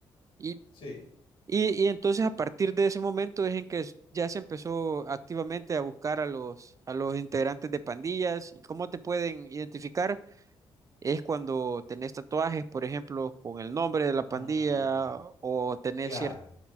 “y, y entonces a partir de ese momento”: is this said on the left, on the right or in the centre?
Right